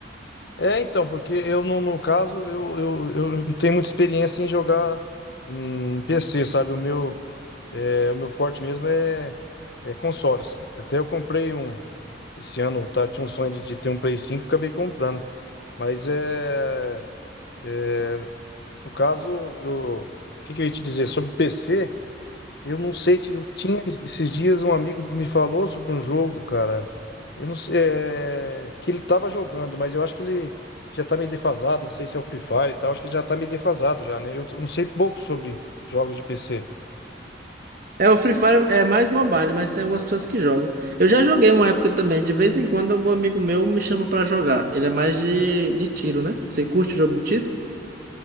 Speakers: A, on the left; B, on the right.
A: É, então, porque eu, no, no caso, eu, eu, eu não tenho muita experiência em jogar em PC, sabe? O meu, é, o meu forte mesmo é, é consoles. Até eu comprei um, esse ano, tá, tinha um sonho de, de ter um Play 5, acabei comprando. Mas é, é, no caso, eu- o que que eu ia te dizer? Sobre PC... Eu não sei, ti- eu tinha esses dias um amigo me falou sobre um jogo, cara. Eu não sei, é, que ele tava jogando, mas eu acho que ele já tá meio defasado, não sei se é o Free Fire e tal, acho que ele já tá meio defasado já, né? Eu t- não sei pouco sobre jogos de PC.
B: É, o Free Fire é mais mobile, mas tem algumas pessoas que jogam. Eu já joguei uma época também, de vez em quando algum amigo meu me chama pra jogar. Ele é mais de, de tiro, né? Você curte o jogo de tiro?